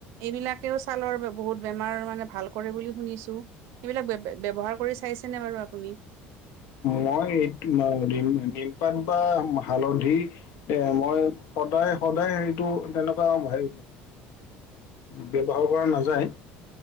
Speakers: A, on the right; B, on the left.
A: এইবিলাকেও ছালৰ বহুত বেমাৰ ভাল কৰে বুলি শুনিছো সবিলাক ব্যৱহাৰ কৰি চাইছে ন বাৰু আপুনি
B: মই এই নিম নিমপাত বা হালধি এ মই সদায় সদায় এইটো তেনেকুৱা হে ব্য্ৱহাৰ কৰা নাযায়